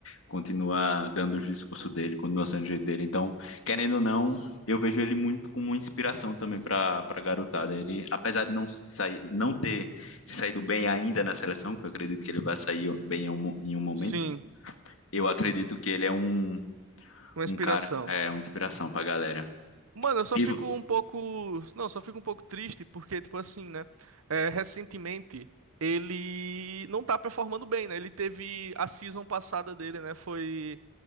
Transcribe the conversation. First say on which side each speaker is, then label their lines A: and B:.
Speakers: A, on the left; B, on the right.
A: continua dando o discurso dele, continua sendo o jeito dele. Então, querendo ou não, eu vejo ele muito como uma inspiração também para para garotada. Ele, apesar de não se sair, não ter se saído bem ainda na seleção, que eu acredito que ele vai sair bem em um, em um momento,
B: Sim,
A: eu acredito que ele é um,
B: uma inspiração.
A: um cara, é uma inspiração para a galera.
B: Mano, eu só
A: E,
B: fico
A: vo-
B: um pouco. Não, só fico um pouco triste porque, tipo assim, né? é, recentemente ele não tá performando bem, né? Ele teve a season passada dele, né? Foi.